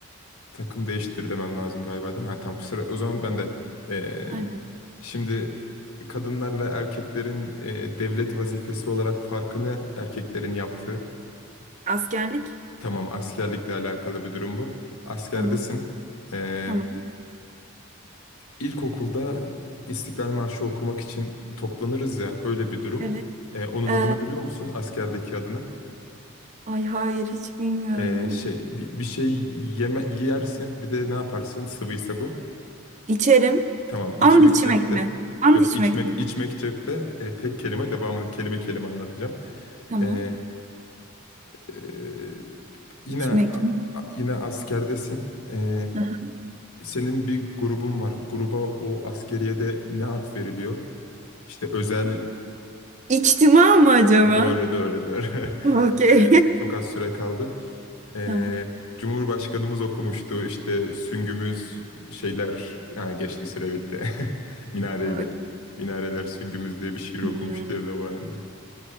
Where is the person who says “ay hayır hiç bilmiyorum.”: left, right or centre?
Right